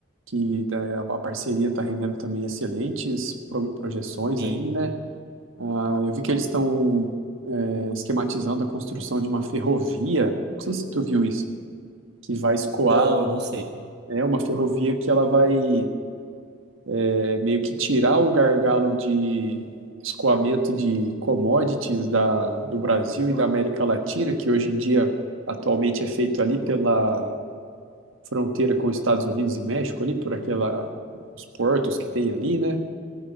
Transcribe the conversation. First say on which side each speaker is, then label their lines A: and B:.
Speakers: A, on the right; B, on the right.
A: Que da- a parceria está rendendo também excelentes pro- projeções
B: Sim,
A: aí, né? Ah, eu vi que eles estão é, esquematizando a construção de uma ferrovia. Não sei se tu viu isso, que vai escoar,
B: não, não sei.
A: é uma ferrovia que ela vai é, meio que tirar o gargalo de escoamento de commodities da, do Brasil e da América Latina, que hoje em dia atualmente é feito ali pela fronteira com os Estados Unidos e México, ali por aquela os portos que tem ali, né?